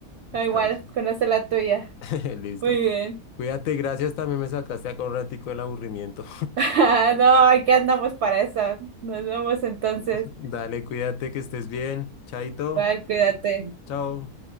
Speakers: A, on the left; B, on the right.
A: Está
B: Da igual,
A: ch-
B: conocer la tuya.
A: <laughs> Listo.
B: Muy bien.
A: Cuídate, gracias. También me sacaste acá un ratico del aburrimiento.
B: <laughs> No, aquí andamos para eso. Nos vemos entonces.
A: <laughs> Dale, cuídate, que estés bien. Chaito.
B: Igual, cuídate.
A: Chao.